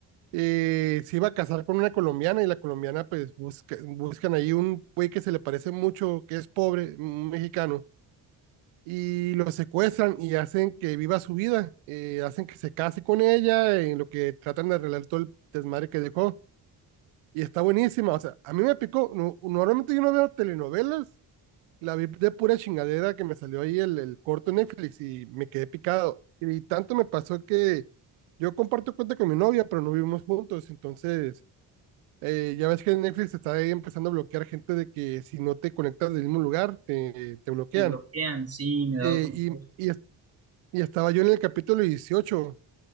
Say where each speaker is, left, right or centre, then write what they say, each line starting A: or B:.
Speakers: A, on the right; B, on the right.
A: eh, se iba a casar con una colombiana y la colombiana, pues, busca, buscan ahí un güey que se le parece mucho, que es pobre, un mexicano y lo secuestran y hacen que viva su vida, eh, hacen que se case con ella, en lo que tratan de arreglar todo el desmadre que dejó. Y está buenísima, o sea, a mí me picó, no- normalmente yo no veo telenovelas, la vi de pura chingadera que me salió ahí el, el corto en Netflix y me quedé picado. Y tanto me pasó que yo comparto cuenta con mi novia, pero no vivimos juntos, entonces eh, ya ves que en Netflix está ahí empezando a bloquear gente de que si no te conectas del mismo lugar, te, te bloquean.
B: Me bloquean, sí, me he dado
A: Eh,
B: cuenta.
A: y, y y estaba yo en el capítulo 18